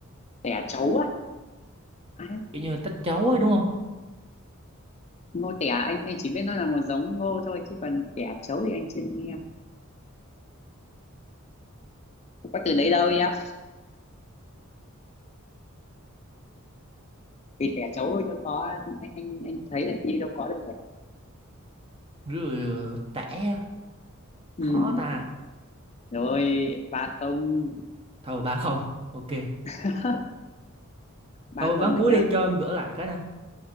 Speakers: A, on the left (about 30°); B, on the right (about 25°).
A: Tẻ trấu á. À,
B: kiểu như tách cháu ấy đúng không
A: ngô tẻ anh anh chỉ biết nó là một giống ngô thôi chứ còn tẻ trấu thì anh chưa nghe Không có từ đấy đâu em vì tẻ trấu thì đâu có anh anh anh thấy là như đâu có được rồi
B: rồi tẻ
A: ừ.
B: khó ta
A: rồi ba không
B: thôi ba không ok
A: <laughs> ba
B: thôi ván
A: không rồi
B: cuối
A: nhá
B: đi cho em gỡ lại cái nè